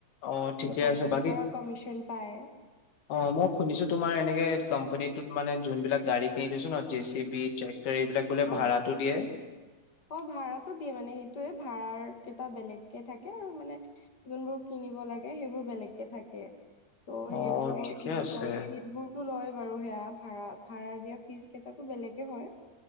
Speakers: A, on the left; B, on the left.
A: অ ঠিকে
B: কোম্পানী
A: আছে বাকী
B: পৰাৰ কমিশন পায়।
A: অ মই শুনিছো তোমাৰ এনেকে কোম্পানীটোত মানে যোন বিলাক গাড়ী কিনি থৈছো ন জে চি বি- এইবিলাক বোলে ভাড়াটো
B: অ
A: দিয়ে?
B: অ ভাড়াতো দিয়ে মানে সেইটোয়ে ভাড়াৰ কেইটা বেলেগকে থাকে আৰু মানে- যোনবোৰ কিনিব লাগে সেইবোৰ বেলেগকে থাকে। ত'
A: অ
B: সেইবোৰৰ
A: ঠিকে
B: ফিজ
A: আছে
B: আৰু ফিজ বোৰতো লয় বাৰু সেয়া ভাড়াত। ভাড়া দিয়া ফিজ কেইটাটো বেলেগে হয়।